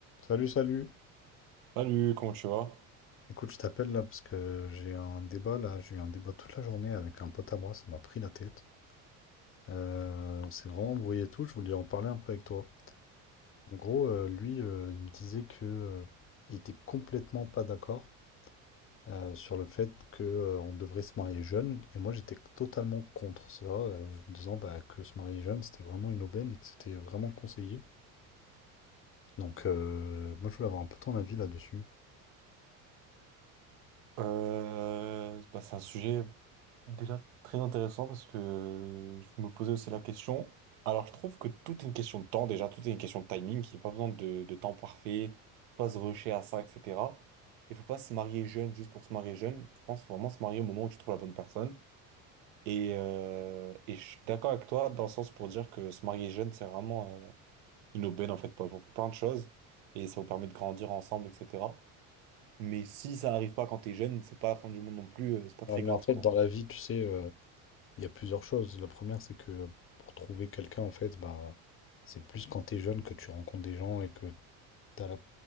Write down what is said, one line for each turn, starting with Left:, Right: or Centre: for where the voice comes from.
Left: Salut, salut.
Right: Salut, comment tu vas?
Left: Écoute, je t'appelle là parce que j'ai un débat là. J'ai eu un débat toute la journée avec un pote à moi. Ça m'a pris la tête. Euh, on s'est vraiment embrouillé et tout. Je voulais en parler un peu avec toi. En gros, euh, lui, euh, il me disait que euh, il était complètement pas d'accord euh, sur le fait que euh, on devrait se marier jeune. Et moi, j'étais totalement contre ça, euh, en disant bah, que se marier jeune, c'était vraiment une aubaine et que c'était vraiment conseillé. Donc, euh, moi, je voulais avoir un peu ton avis là-dessus.
Right: Euh, bah, c'est un sujet déjà très intéressant parce que je me posais aussi la question. Alors, je trouve que tout est une question de temps, déjà, tout est une question de timing. Il n'y a pas besoin de, de temps parfait, faut pas se rusher à ça, etc. Il faut pas se marier jeune juste pour se marier jeune. Je pense faut vraiment se marier au moment où tu trouves la bonne personne. Et, euh, et je suis d'accord avec toi dans le sens pour dire que se marier jeune, c'est vraiment euh, une aubaine en fait pour pour plein de choses et ça vous permet de grandir ensemble, etc. Mais si ça arrive pas quand t'es jeune, c'est pas la fin du monde non plus, euh, c'est pas très
Left: Ouais, mais
Right: grave
Left: en fait,
Right: quoi.
Left: dans la vie, tu sais. euh, Il y a plusieurs choses. La première, c'est que pour trouver quelqu'un, en fait, bah, c'est plus quand tu es jeune que tu rencontres des gens et que tu as la